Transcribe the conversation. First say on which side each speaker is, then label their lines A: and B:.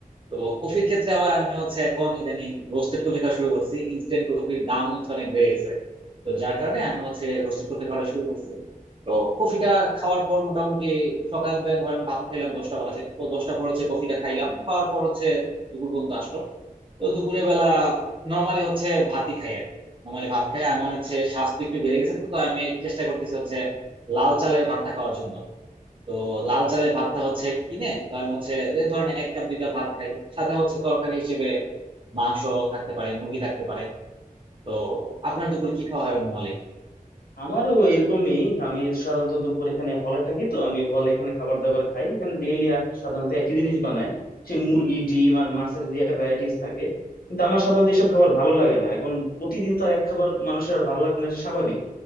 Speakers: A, on the right (about 35°); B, on the left (about 80°).
A: তো কফির ক্ষেত্রে আবার আমি হচ্ছে এখন ইদানিং রোস্টেড কফি খাওয়া শুরু করছি ইনস্ট্যান্ট কফির দাম হচ্ছে অনেক বেড়ে গেছে তো যার কারণে আমি হচ্ছে রোস্টেড কফি খাওয়া শুরু করছি তো কফিটা খাওয়ার পর মোটামুটি সকালবেলা ধরেন ভাত খাইলাম দশটা বাজে তো দশটা পর হচ্ছে কফিটা খাইলাম খাওয়ার পর হচ্ছে দুপুর পর্যন্ত আসলো তো দুপুরের বেলা নর্মালি হচ্ছে ভাতই খাই আর কি নর্মালি ভাত খাই আমার হচ্ছে স্বাস্থ্য একটু বেড়ে গেছে তো তো আমি চেষ্টা করতেছি হচ্ছে লাল চালের ভাতটা খাওয়ার জন্য তো লাল চালের ভাতটা হচ্ছে কিনে তো আমি হচ্ছে এই ধরেন এক কাপ দুই কাপ ভাত খাই সাথে হচ্ছে তরকারি হিসেবে মাংস থাকতে পারে মুরগি থাকতে পারে তো আপনার দুপুর কি খাওয়া হয় নর্মালি
B: আমারও এরকমই আমি সাধারণত দুপুর এখানে হলে থাকি তো আমি হলে এখানে খাবার দাবার খাই এখানে ডেইলি সাধারণত একই জিনিস বানায় সেই মুরগি ডিম আর মাছের যে একটা ভ্যারাইটিস থাকে কিন্তু আমার সাধারণত এসব খাবার ভালো লাগে না এখন প্রতিদিন তো আর এক খাবার মানুষের আর ভালো লাগবে না এটা স্বাভাবিক